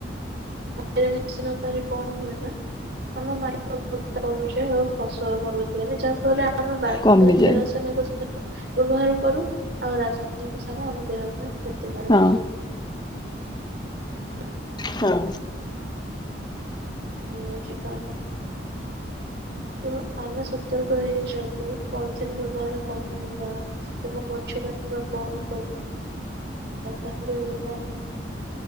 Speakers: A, on the right; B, on the left.
A: ମାଟିରେ ମିଶି ନ ପାରିବ କଣ ହୁଏନା <unintelligible> ଫସଲ ଭଲ ଦିଅନି ଯାହାଫଳରେ ଆମେ ବା
B: କମିଯାଏ
A: ରାସାୟନିକ। ବ୍ୟବହାର କରୁ ଆଉ ରାସାୟନିକ ସାରା ଆମ ଦେହ ପାଇଁ। କ୍ଷତିକାରକ
B: ହଁ
A: ହେଇଥାଏ।
B: ହଁ।
A: ଇଏ ହଉଚି। ତ ଆମେ ସତର୍କ ହେଇଛନ୍ତି। ପଉ। ବ୍ୟବହାର କମେଇବା ଏବଂ ଗଛ କାଟିବା ବନ୍ଦ କରିବା। ତାହେଲେ ହୁଏତ